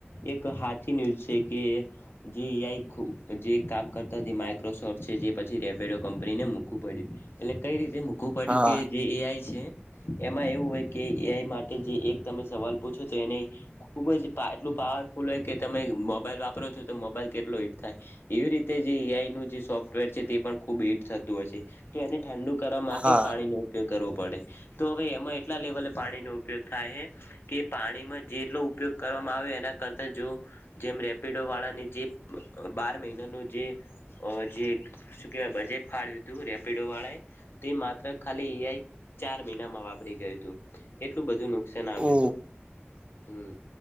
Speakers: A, on the left; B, on the right.
A: એક હાથ થી ન્યૂઝ છે કે જે એઆઈ જે કામ કરતા જે માઈક્રોસોફ્ટ છે જે પછી રેપીડો કંપનીને મોઘું પડ્યું. એટલે કઈ રીતે મૂકવું પડ્યું
B: હા
A: કે જે એઆઈ છે એમાં એવું હોય કે એઆઈ માટે જે એક તમે સવાલ પૂછો તો એને ખુબ જ એટલું પાવરફુલ હોય કે તમે મોબાઈલ વાપરો છો તો મોબાઈલ કેટલો હીટ થાય. એવી રીતે જે એઆઈ નું જે સોફ્ટવેર છે તે પણ ખૂબ હીટ થતું હોય છે તો એને ઠંડુ કરવામાં
B: હા
A: તે પાણીનો ઉપયોગ કરવો પડે તો હવે એમાં એટલા લેવલે પાણીનો ઉપયોગ થાય હે કે પાણીમાં જેટલો ઉપયોગ કરવામાં આવે એના કરતા જો જેમ રેપિડોવાળાની જે બાર મહિનાનું જે જે શું કહેવાય બજેટ ફાળવ્યું હતું રેપિડોવાળાએ તે મા માત્ર ખાલી એઆઈ ચાર મહિનામાં વાપરી ગયું હતું એટલું બધું નુકસાન આવ્યું
B: ઓ
A: તું. હમ.